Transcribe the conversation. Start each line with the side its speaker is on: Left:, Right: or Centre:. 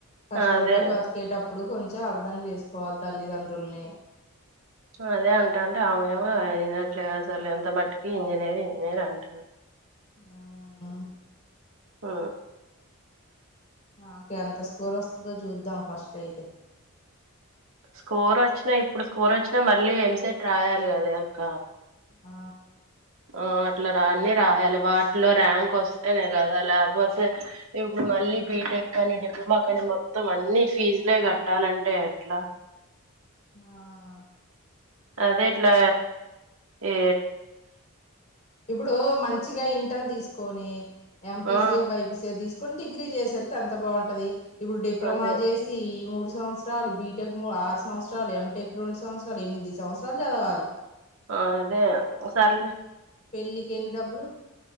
Left: కష్టపడి
Right: అదే
Left: బతికేటప్పుడు కొంచెం అర్థం చేసుకోవాలి తల్లిదండ్రుల్ని
Right: అదే అంటాంటే ఆమె ఏమ అయినట్లుగా అసలు ఎంత మట్టికి ఇంజనీర్ ఇంజనీర్ అంటుంది.
Left: ఆ
Right: ఆ
Left: ఓకే అంత స్కోర్ వస్త చ్చుద్దో చూద్దాం ఫస్ట్ అయితె
Right: స్కోర్ వచ్చినా ఇప్పుడు స్కోర్ వచ్చినా మళ్ళీ ఎంసెట్ రాయాలి కదా అక్క
Left: ఆ
Right: ఆ అట్లా రాన్న రాయాలి వాటిలో ర్యాంక్ వస్తేనే కదా లేకపోతే ఇప్పుడు మళ్ళీ బీటెక్ కానీ డిప్లొమా కానీ మొత్తం అన్ని ఫీజులే కట్టాలంటే ఎట్లా
Left: ఆ
Right: అదే ఇట్లా ఈ
Left: ఇప్పుడూ మంచిగా ఇంటర్ తీసుకు కొనీ ఎంపీసీ
Right: ఆ
Left: ఓ బైపిసీ ఓ తీసు కొని డిగ్రీ చేసేస్త అంత బాగుంటదీ. ఇప్పుడు డిప్లొమా
Right: అదే
Left: జేసీ ఈ మూడు సంవత్సరాలు బీటెక్ ఆరు సంవత్సరాలు ఎంటెక్ రెండు సంవత్సరాలు ఎనిమిది సంవత్సరాలు చదవాలి.
Right: ఆ అదే సర్లే
Left: పెళ్లికి ఎన్ని డబ్బులు